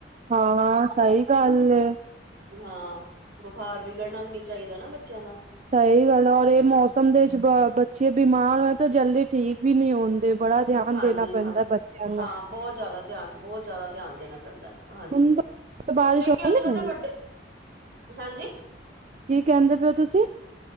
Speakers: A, on the right (about 40°); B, on the right (about 60°).
A: ਹਾਂ-ਹਾਂ ਸਹੀ ਗੱਲ ਐ।
B: ਹਾਂ ਬਖਾਰ ਵਿਗੜਨਾ ਵੀ ਨੀ ਚਾਈਦਾ ਨਾ ਬੱਚਿਆਂ ਦਾ।
A: ਸਹੀ ਗੱਲ ਔਰ ਇਹ ਮੌਸਮ ਦੇ ਵਿੱਚ ਬ ਬੱਚੇ ਬਿਮਾਰ ਹੋਏ ਤੇ ਜਲਦੀ ਠੀਕ ਵੀ ਨਹੀਂ ਹੁੰਦੇ ਬੜਾ ਧਿਆਨ
B: ਹਾਂਜੀ,
A: ਦੇਣਾ ਪੈਂਦਾ
B: ਹਾਂ-ਹਾਂ
A: ਬੱਚਿਆਂ ਨੂੰ
B: ਬਹੁਤ ਜ਼ਿਆਦਾ ਧਿਆਨ ਬਹੁਤ ਜ਼ਿਆਦਾ ਧਿਆਨ ਦੇਣਾ ਪੈਂਦਾ ਹਾਂਜੀ।
A: ਹੁਣ ਤਾਂ ਬਾਰਿਸ਼
B: ਛੋਟੇ
A: ਆਉਂਦੀ
B: ਕਿ ਅੱਜ-ਕੱਲ੍ਹ
A: ਪਈ
B: ਤਾਂ ਵੱਡੇ ਹਾਂਜੀ
A: ਕੀ ਕਹਿੰਦੇ ਪਏ ਓ ਤੁਸੀ?